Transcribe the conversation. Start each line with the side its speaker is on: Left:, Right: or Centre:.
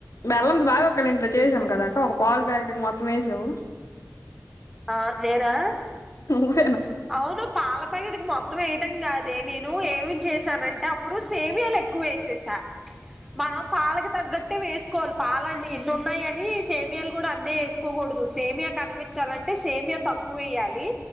Left: బెల్లం బాగా వక్కలిం చేసాం కదాక్క ఒక పాలు ప్యాకెట్కి మొత్తం ఏసావ్
Centre: ఆ నేనా
Left: అ
Centre: అవును పాల ప్యాకిట్కి మొ తం వేయటం కాదే నేను ఏమి చేసానంటే అప్పుడు సేవియాలు ఎక్కువేసేసా మనం పాలకు తగ్గట్టు వేసుకోవాలి పాలని ఇన్ని ఉన్నాయ్ అని సేమియాలు కూడా అన్నే ఎస్సుకోకూడ్ కూడదు సేమియా కనిపించాలంటే సేమియా తక్కువేయ్యాలి